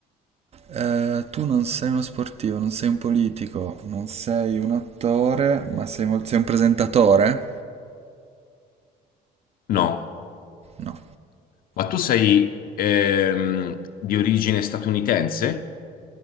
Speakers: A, on the right; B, on the left.
A: Eh, tu non sei uno sportivo, non sei un politico, non sei un attore, ma sei, mol- sei un presentatore?
B: No.
A: No.
B: Ma tu sei ehm, di origine statunitense?